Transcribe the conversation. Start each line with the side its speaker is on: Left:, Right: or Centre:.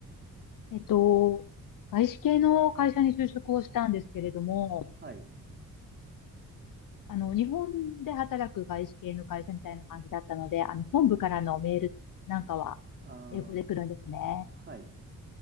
Left: えっと、外資系の会社に就職をしたんですけれども、
Right: はい。
Left: あの、日本で働く外資系の会社みたいな感じだったので、あの、本部からのメールなんかは
Right: ああ、
Left: 英語で来るんですね。
Right: はい。